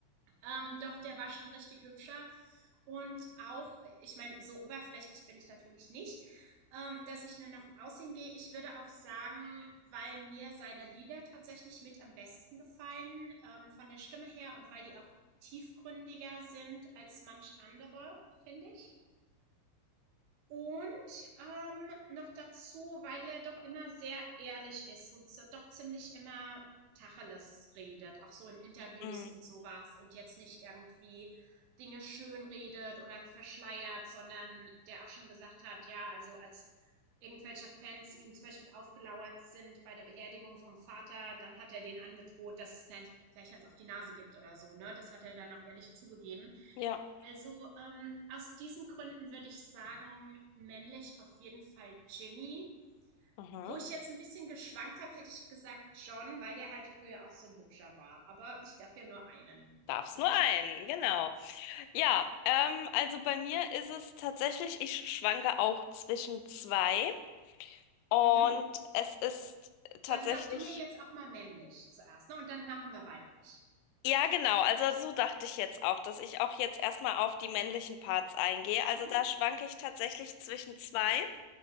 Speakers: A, on the right; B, on the left.
A: Ähm, doch, der war schon richtig hübscher. Und auch, ich meine, so oberflächlich bin ich natürlich nicht, ähm, dass ich nur nach dem Aussehen gehe. Ich würde auch sagen, weil mir seine Lieder tatsächlich mit am besten gefallen, ähm, von der Stimme her und weil die auch tiefgründiger sind als manch andere, finde ich. Und ähm, noch dazu, weil er doch immer sehr ehrlich ist und so, doch ziemlich immer Tacheles redet, auch so in Interviews
B: Mhm.
A: und sowas und jetzt nicht irgendwie Dinge schön redet oder verschleiert, sondern der auch schon gesagt hat, ja, also als irgendwelche Fans ihm zum Beispiel aufgelauert sind bei der Beerdigung vom Vater, dann hat er denen angedroht, dass es gleich, gleich eins auf die Nase gibt oder so, ne? Das hat er dann auch ehrlich zugegeben.
B: Ja.
A: Also, ähm, aus diesen Gründen würde ich sagen, männlich auf jeden Fall Jimmy.
B: Mhm.
A: Wo ich jetzt ein bisschen geschwankt habe, hätte ich gesagt John, weil der halt früher auch so ein hübscher war. Aber ich darf ja nur einen.
B: Darf's
A: So.
B: nur einen, genau. Ja, ähm, also bei mir ist es tatsächlich, ich schwanke auch zwischen zwei und
A: Mhm.
B: es ist tatsächlich,
A: Dann sag du mir jetzt auch mal männlich zuerst, ne? Und dann machen wir weiblich.
B: ja genau, also so dachte ich jetzt auch, dass ich auch jetzt erstmal auf die männlichen Parts eingehe. Also
A: Mhm.
B: da schwanke ich tatsächlich zwischen zwei.